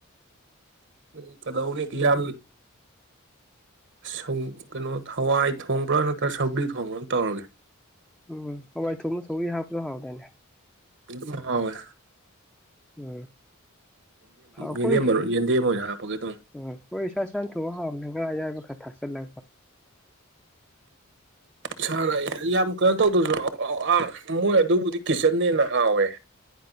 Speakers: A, on the right; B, in the centre.
A: ꯎ ꯀꯗꯧꯅꯤ ꯀ ꯁ ꯀꯩꯅꯣ ꯍꯋꯥꯏ ꯊꯣꯡꯕ꯭ꯔꯥ ꯅꯠꯇ꯭ꯔ ꯁꯧꯕꯒ꯭ꯔꯤ ꯊꯣꯡꯕ꯭ꯔꯥ ꯑꯃ ꯇꯧꯔꯒꯦ
B: ꯎꯝ ꯍꯋꯥꯏ ꯊꯣꯡꯅ ꯁꯧꯔꯤ ꯍꯥꯞꯁꯨ ꯍꯥꯎꯗꯥꯅꯦ
A: ꯃꯥꯑꯣꯦ
B: ꯎꯝ ꯑꯩꯈꯣꯏ
A: ꯌꯦꯟꯗꯦꯝ ꯃꯔꯨꯞ ꯌꯦꯟꯗꯦꯝ ꯑꯣꯏꯅ ꯍꯥꯞꯄꯒꯦ ꯇꯧꯅꯤ
B: ꯎꯝ ꯑꯩꯈꯣꯏ ꯏꯁꯥ ꯏꯁꯥ ꯊꯣꯛꯣꯛ ꯍꯥꯝꯅꯤ ꯉꯥꯏ ꯌꯥꯕ ꯊꯥꯛꯆꯜꯂ
A: ꯁꯥꯅꯛꯑꯦ ꯌꯥꯝ ꯀꯩꯅꯣ ꯇꯧꯗꯁꯨ ꯑꯥ ꯃꯣꯏ ꯑꯗꯨꯕꯨꯗꯤ ꯀꯤꯠꯆꯟꯅꯦꯅ ꯍꯥꯎꯋꯦ